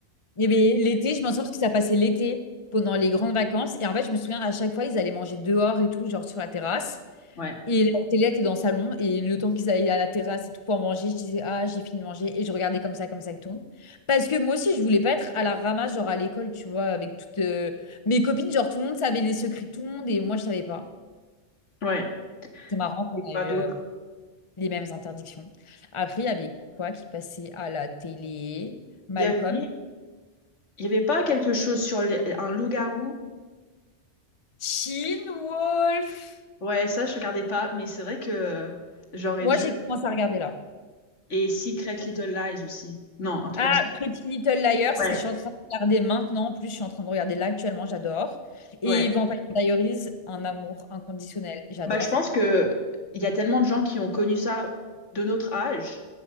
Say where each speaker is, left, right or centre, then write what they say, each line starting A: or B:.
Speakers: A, on the left; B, on the left.
A: Eh bien, l'été, je m'en souviens parce que ça passait l'été pendant les grandes vacances. Et en fait, je me souviens à chaque fois, ils allaient manger dehors et tout, genre sur la terrasse.
B: Ouais.
A: Et la télé était dans le salon. Et le temps qu'ils allaient à la terrasse et tout pour manger, je disais, ah, j'ai fini de manger. Et je regardais comme ça, comme ça et tout. Parce que moi aussi, je voulais pas être à la ramasse, genre à l'école, tu vois, avec toutes euh, mes copines. Genre, tout le monde savait les secrets de tout le monde et moi, je savais pas.
B: Ouais.
A: C'est marrant qu'on
B: Et pas
A: a eu
B: d'autres.
A: euh, les mêmes interdictions. Après, il y avait quoi qui passait à la télé? Malcolm,
B: Il y avait il y avait pas quelque chose sur les- un loup-garou.
A: Teen Wolf.
B: Ouais ça je regardais pas mais c'est vrai que j'aurais
A: Moi,
B: dû
A: j'ai commencé à regarder là.
B: et Secret Little Lies aussi. Non un truc
A: Ah,
B: comme ça.
A: Pretty Little Liars,
B: Ouais,
A: je suis en train de regarder maintenant. En plus, je suis en train de regarder là actuellement, j'adore. Et
B: ouais.
A: Vampire Diaries, un amour inconditionnel, j'adore.
B: Bah, je pense que il y a tellement de gens qui ont connu ça de notre âge